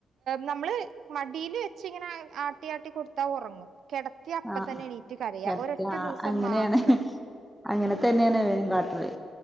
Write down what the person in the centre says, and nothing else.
ആഹ്
എടക്ക്
ആഹ്
അങ്ങനേണ്
അങ്ങനെ തന്നെയാണ്
ഇവനും കാട്ടല്